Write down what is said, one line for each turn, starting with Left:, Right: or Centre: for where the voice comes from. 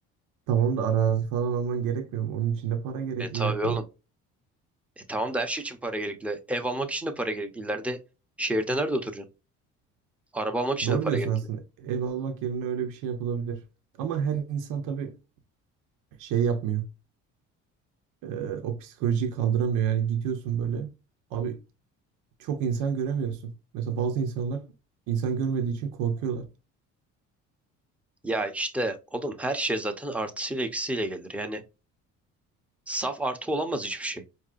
Right: tamam da arazi falan alman gerekmiyor mu? Onun için de para gerekli
Centre: E tabii
Right: yani.
Centre: oğlum. E tamam da her şey için para gerekli. Ev almak için de para gerekli. İleride şehirde nerede oturacaksın? Araba almak için
Right: Doğru
Centre: de para
Right: diyorsun
Centre: gerekli.
Right: aslında. Ev almak yerine öyle bir şey yapılabilir. Ama her insan tabii şey yapmıyor. Ee, o psikolojiyi kaldıramıyor. Yani gidiyorsun böyle. Abi çok insan göremiyorsun. Mesela bazı insanlar insan görmediği için korkuyorlar.
Centre: Ya işte oğlum her şey zaten artısıyla eksisiyle gelir. Yani saf artı olamaz hiçbir şey.